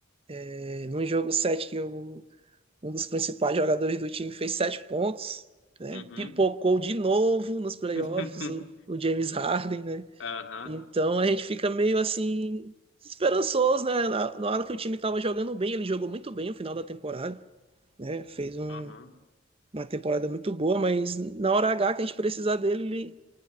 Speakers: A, on the right (about 30°); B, on the left (about 70°).
A: É, num jogo 7 que eu um dos principais jogadores do time fez sete pontos, né?
B: Uhum.
A: Pipocou de novo nos playoffs
B: <laughs>
A: o, o James Harden, né?
B: Aham.
A: Então a gente fica meio assim esperançoso, né? Na, na hora que o time estava jogando bem, ele jogou muito bem no final da temporada, né? Fez um-
B: Aham.
A: uma temporada muito boa, mas na hora H que a gente precisar dele, ele